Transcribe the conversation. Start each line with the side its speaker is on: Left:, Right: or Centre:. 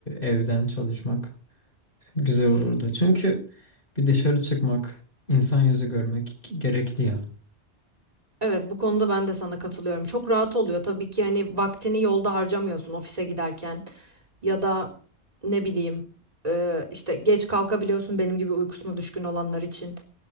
Left: evden çalışmak Güzel olurdu.
Right: Hı hı.
Left: Çünkü bir dışarı çıkmak, insan yüzü görmek gerekli ya.
Right: Evet bu konuda ben de sana katılıyorum. Çok rahat oluyor tabii ki hani vaktini yolda harcamıyorsun ofise giderken ya da ne bileyim e, işte geç kalkabiliyorsun benim gibi uykusuna düşkün olanlar için.